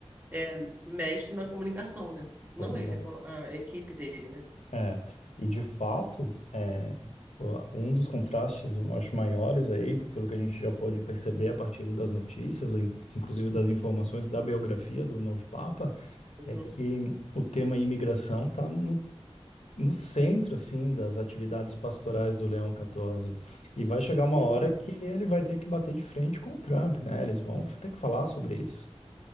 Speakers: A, on the right; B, on the left.
A: é mestre na comunicação, né? Não
B: Pois
A: ele,
B: é.
A: a, co- a equipe dele, né?
B: É, e de fato, é, o- um dos contrastes, eu acho, maiores aí, pelo que a gente já pôde perceber a partir das notícias, in- inclusive das informações da biografia do novo Papa,
A: Uhum.
B: é que o tema imigração está no centro, assim, das atividades pastorais do Leão 14. E vai
A: Sim.
B: chegar uma hora que ele vai ter que bater de frente com o Trump, né? Eles vão ter que falar sobre isso.